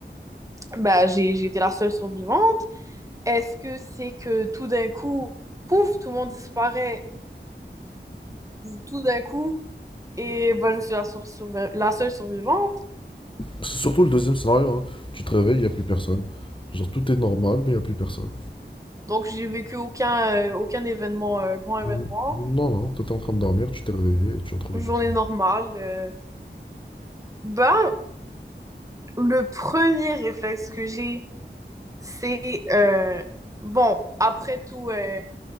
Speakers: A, on the right; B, on the left.
A: ben, j'ai, j'ai été la seule survivante? Est-ce que c'est que tout d'un coup, pouf, tout le monde disparaît tout d'un coup et ben, je suis la, sur- survi- la seule survivante?
B: C'est surtout le deuxième scénario, hein. Tu te réveilles, il n'y a plus personne. Genre, tout est normal, mais il n'y a plus personne.
A: Donc, j'ai vécu aucun, euh, aucun événement, euh, grand événement.
B: N- Non, non, t'étais en train de dormir, tu t'es réveillé et tu as trouvé
A: journée
B: personne.
A: normale. euh, ben, le premier réflexe que j'ai, c'est euh, bon, après tout, euh,